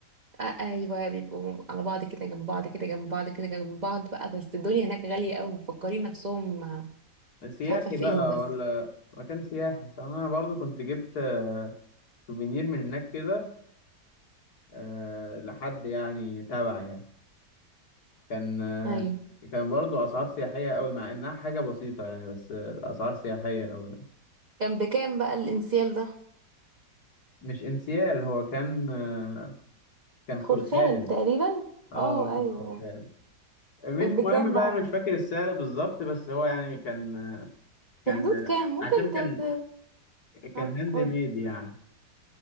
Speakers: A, on the right; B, on the left.
A: آه ايوه بيبقوا على بعض كده جنب بعض كده جنب بعض كده جنب بعض بقى بس الدنيا هناك غالية قوي مفكرين نفسهم آه،
B: سياحي
A: مش عارفة فين
B: بقى
A: بس
B: ولا مكان سياحي فأنا برضو كنت جبت آه، سوفينير من هناك كده آه، لحد يعني تبع يعني كان آه،
A: ايوه
B: كان برضو أسعار سياحية قوي مع إنها حاجة بسيطة يعني بس آه، أسعار سياحية قوي
A: كان بكام بقى الانسيال ده
B: مش انسيال هو كان آه، كان
A: خلخال
B: خلخال
A: تقريبا
B: اه
A: اه
B: كان
A: ايوه آه.
B: شغال مش
A: كان بكام
B: مهم بقى
A: بقى
B: انا مش فاكر السعر بالظبط بس هو يعني كان
A: في
B: كان
A: حدود كام ممكن
B: عشان
A: ت...
B: كان
A: ت...
B: كان
A: ها
B: هاند
A: قول
B: ميد يعني